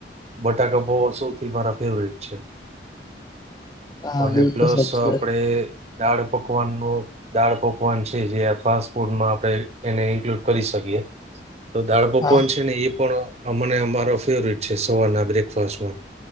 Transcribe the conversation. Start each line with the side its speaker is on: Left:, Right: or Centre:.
Right: બટાકા પૌઆ સૌથી મારા ફેવરેટ છે
Left: હા
Right: અને
Left: બિલકુલ
Right: પ્લસ
Left: સાચી
Right: આપડે
Left: વાત
Right: દાળ પકવાન નો દાળ પકવાન છે જે ફાસ્ટ ફૂડમાં આપણે એને ઇન્કલુડ કરી શકીએ તો દાળ પકવાન
Left: હા
Right: છે ને એ પણ મને અમારો ફેવરટ છે સવારના બ્રેકફાસ્ટમાં